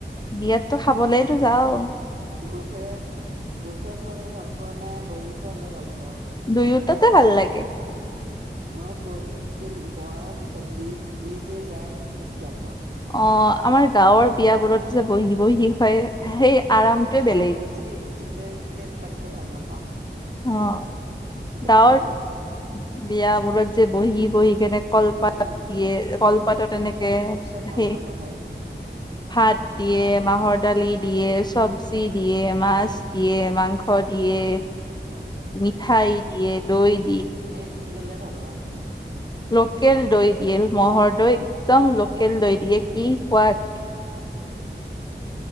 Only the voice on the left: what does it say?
বিয়াত। তো খাবলেতো যাওঁ।
দুয়োটাতে ভাল লাগে।
অ আমাৰ গাঁৱৰ বিয় বোৰত যে বহি বহি দেখুৱাই সেই। আৰামটোৱে বেলেগ
অ'।
ডাৱৰ।
বিয়া বোৰত যে বহি বহি কেনে--। কলপাত
দিয়ে
কলপাতত
এনেকে
সেই
ভাত দিয়ে। মাহৰ দালি দিয়ে, চব্জি দিয়ে, মাছ দিয়ে, মাংস দিয়ে। মিঠাই দিয়ে, দৈ দি--।
লোকেল দৈ দিয়ে। ম'হৰ দৈ একদম লোকেল দৈ দিয়ে। কি সোৱাদ।